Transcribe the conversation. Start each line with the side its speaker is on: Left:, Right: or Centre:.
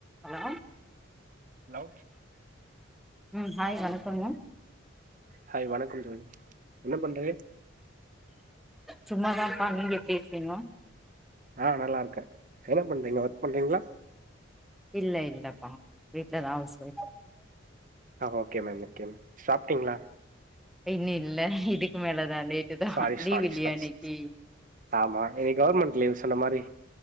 Centre: Hello
Right: லோ
Centre: ம் hi வணக்கோங்க
Right: ஹாய் வணக்கம் தோழி என்ன பண்றேள்
Centre: சும்மாதாம்பா நீங்க எப்டிருக்கீங்கோ
Right: ஆ நல்லாருக்கே என்ன பண்றீங்கோ ஒர்க் பண்றீங்ளா
Centre: இல்ல இல்லப்பா வீட்லதா அவுஸ் வைஃப்
Right: அ ஓகே மேம் ஓகே மேம் சாப்டீங்ளா
Centre: இன்னு இல்ல இதுக்கு மேலதா லேட்டு தா
Right: சாரி சாரி
Centre: லீவ் இல்லியா
Right: சாரி
Centre: இன்னிக்கி
Right: ஆமா இன்னிக் கவர்மெண்ட் லீவ் சொன்ன மாரி